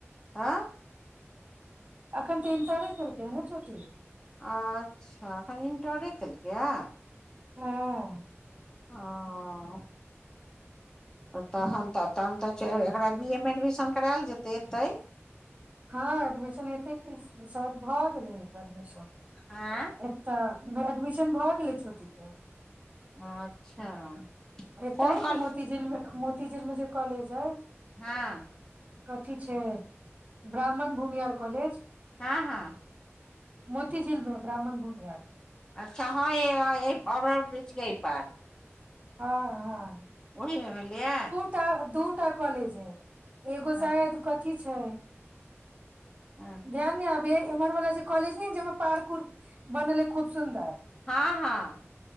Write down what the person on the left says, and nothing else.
हाँऽ
अच्छा अखन इंटरे केलकै या
हाँ-अ तहन तऽ तहन तऽ चै एकरा बी एमे एडमिशन कराएल जेतै एतेय
आँ
अच्छा
कोन कॉल
हाँ
हाँ हाँ
अच्छा हाँ यैए ओभर ब्रीजके ऐय पार
ओहिमे भेलैया
हँ
हँ
हाँ हाँ